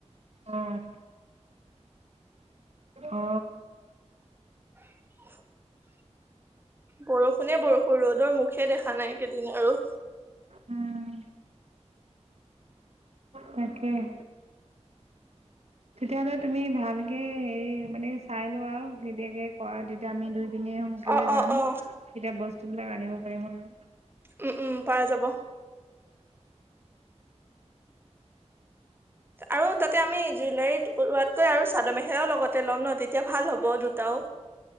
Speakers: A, on the right; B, on the right.
A: আহ অ
B: <inaudible> বৰষুণে বৰষুণ ৰ'দৰ মুখ খে দেখা নাই কেইদিন আৰু
A: উম তাকে <inaudible> তেতিয়াহ'লে তুমি ভালকে হেৰি মানে চাই লোৱা আৰু কেতিয়াকে কৰা তেতিয়া আমি দুই <unintelligible> পিনে সোনকালে
B: অ অ
A: যাম
B: অ
A: তেতিয়া বস্তু বিলাক আনিব পাৰিম আৰু।
B: উম উম পাই যাব আৰু তাতে আমি জুইলাৰীত লোৱাতকৈ আৰু চাদৰ মেখেলাও লগতে ল'ম ন তেতিয়া ভাল হ'ব দুটাও।